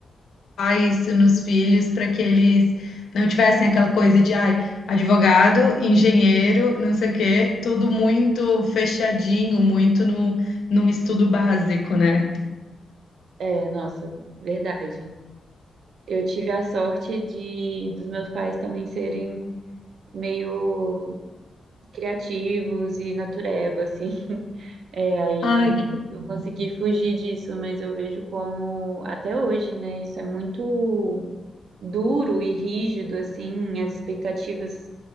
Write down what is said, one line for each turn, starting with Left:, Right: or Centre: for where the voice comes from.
Left: isso nos filhos para que eles não tivessem aquela coisa de, ai, advogado, engenheiro, não sei o quê, tudo muito fechadinho, muito no, num estudo básico, né?
Right: É, nossa, verdade. Eu tive a sorte de dos meus pais também serem meio criativos e natureba, assim. <laughs> É, aí
Left: Ai,
Right: eu consegui fugir disso, mas eu vejo como até hoje, né? Isso é muito duro e rígido, assim, as expectativas